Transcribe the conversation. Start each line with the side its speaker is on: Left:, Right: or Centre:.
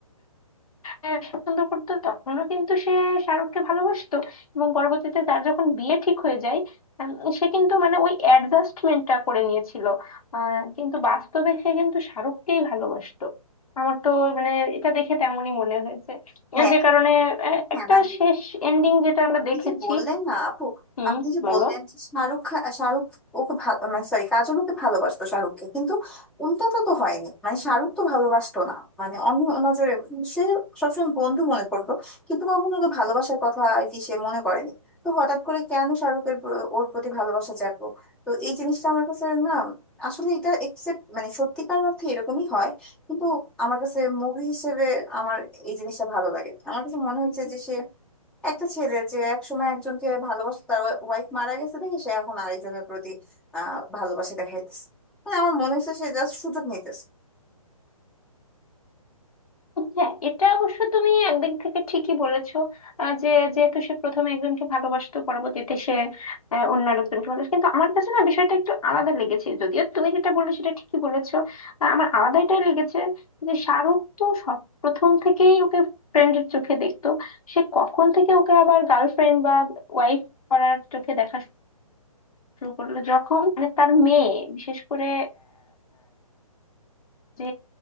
Left: হ্যাঁ, পছন্দ করতো তখনও কিন্তু সে শাহরুখকে ভালোবাসতো এবং পরবর্তীতে তার যখন বিয়ে ঠিক হয়ে যায় উম, সে কিন্তু মানে ওই অ্যাডজাস্টমেন্টটা করে নিয়েছিল আহ, কিন্তু বাস্তবে সে কিন্তু শাহরুখকেই ভালোবাসতো আমার তো মানে এটা দেখে তেমনই মনে হয়েছে আহ,
Centre: হ্যাঁ
Left: যে কারণে আহ,
Centre: হ্যাঁ
Left: একটা
Centre: মানে
Left: শেষ এন্ডিং যেটা আমরা
Centre: আপনি
Left: দেখেছি
Centre: যে বললেন না আপু
Left: হুম
Centre: আপনি যে
Left: বলো
Centre: বললেন যে শাহরুখ খা- শাহরুখ ওকে ভালো মানে সরি কাজল ওকে ভালোবাসতো শাহরুখকে কিন্তু উল্টাটা তো হয়নি মানে শাহরুখ তো ভালোবাসতো না মানে অন্য নজরে সে সবসময় বন্ধু মনে করতো কিন্তু কখনো তো ভালোবাসার কথা আর কি সে মনে করেনি তো হঠাৎ করে কেন শাহরুখের প্র- ওর প্রতি ভালোবাসা জাগলো তো এই জিনিসটা আমার কাছে না আসলে এটা একসেপ্ট মানে সত্যিকার অর্থে এরকমই হয় কিন্তু আমার কাছে মুভি হিসেবে আমার এই জিনিসটা ভালো লাগে আমার কাছে মনে হয়েছে যে সে একটা ছেলে যে একসময় একজনকে ভালোবাসতো তার ওয়াইফ মারা গেছে দেখি সে এখন আরেকজনের প্রতি আহ ভালোবাসা দেখাইতেছে মানে আমার মনে হচ্ছে সে জাস্ট সুযোগ নিতেছে
Left: হ্যাঁ এটা অবশ্য তুমি একদিক থেকে ঠিকই বলেছো আহ, যে যেহেতু সে প্রথমে একজনকে ভালোবাসতো পরবর্তীতে সে আহ, অন্য আরেকজনকে ভালোবাসে কিন্তু আমার কাছে না বিষয়টা একটু আলাদা লেগেছে যদিও তুমি যেটা বললে সেটা ঠিকই বলেছো আহ, আমার আলাদা এটাই লেগেছে যে শাহরুখ তো সব প্রথম থেকেই ওকে ফ্রেন্ডের চোখে দেখতো সে কখন থেকে ওকে আবার গার্লফ্রেন্ড বা ওয়াইফ করার চোখে দেখা শুরু করলো যখন মানে তার মেয়ে বিশেষ করে যে